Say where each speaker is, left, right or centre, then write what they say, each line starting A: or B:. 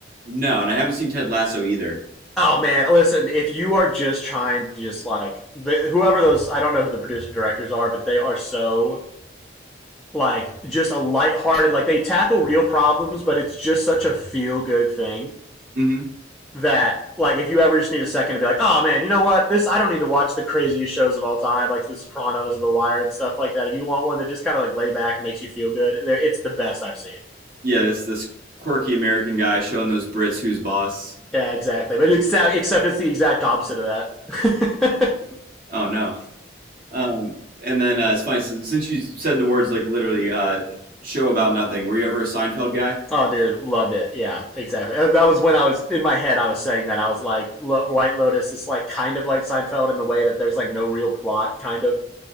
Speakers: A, on the right; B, in the centre.
A: no, and I haven't seen Ted Lasso either.
B: Oh man, listen, if you are just trying to just like the, whoever those I don't know who the producer directors are, but they are so like just a lighthearted like they tackle real problems, but it's just such a feel good thing
A: hmm
B: that like if you ever just need a second to be like, "Oh man, you know what? This I don't need to watch the craziest shows of all time like The Sopranos and The Wire and stuff like that. If you want one that just kind of like lay back and makes you feel good, it's the best I've seen."
A: Yeah, this this quirky American guy showing those Brits who's boss.
B: Yeah, exactly. But except except it's the exact opposite of that. <laughs>
A: Oh no. Um, and then uh, it's funny since since you said the words like literally uh, show about nothing. Were you ever a Seinfeld guy?
B: Oh, dude, loved it. Yeah, exactly. Uh, That was when I was in my head. I was saying that I was like, Lo- White Lotus is like kind of like Seinfeld in the way that there's like no real plot, kind of.